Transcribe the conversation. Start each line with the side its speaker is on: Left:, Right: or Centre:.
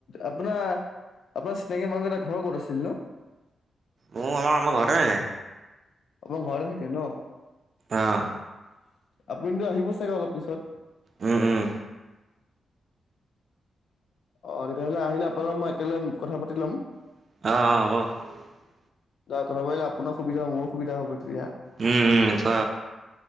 Left: আপোনাৰ আপোনাৰ চিনাকি মানুহ এটা ঘৰ ক'ত আছিল ন
Right: মোৰ আমাৰ আম ঘৰ আহে
Left: আপাৰ ঘৰে থাকে ন
Right: অহ
Left: আপুনিতো আহিব চাগে অলপ পিছত
Right: উম উম
Left: অ তেতিয়াহ'লে আহিলে আপোনালোক মই একেলগ কথা পাতি লম
Right: অহ অহ হব
Left: ত কথা পালে আপোনাৰ সুবিধা হ মোৰু সবিধা হ'ব তেতিয়া
Right: উম উম এথ